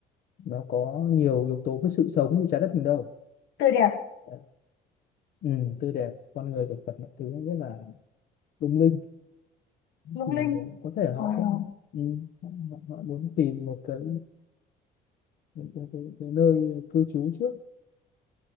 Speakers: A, on the left; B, on the left.
A: nó có nhiều yếu tố với sự sống như trái đất mình đâu
B: tươi đẹp
A: Đấy. ừ, tươi đẹp con người thực vật mọi thứ rất là lung linh
B: lung
A: thì
B: linh
A: ờ, có thể họ
B: Wow.
A: sẽ ừ, họ, họ họ muốn tìm một cái cái, cái, cái, cái nơi cư trú trước